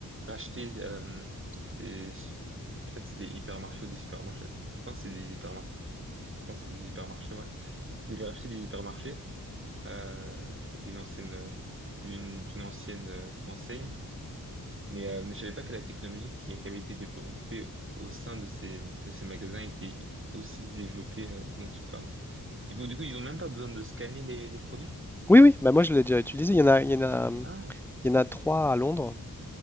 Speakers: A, on the right; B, in the centre.
A: racheté euh, des, je sais pas si c'est des hypermarchés ou des supermarchés. Je pense que c'est des hypermarchés. Je pense que c'est des hypermarchés, ouais. Ils avaient racheté des hypermarchés euh, d'une ancienne, d'une d'une ancienne euh, enseigne, mais, euh, mais je savais pas que la technologie qui, qui avait été développée au sein de ces de ces magasins était aussi développée euh, dont tu parles. C'est fou. Du coup, ils ont même pas besoin de scanner les, les produits.
B: Oui, oui, bah moi je l'ai déjà utilisé. Il y en a, il y en a, hum,
A: Ah,
B: il y en a trois à Londres.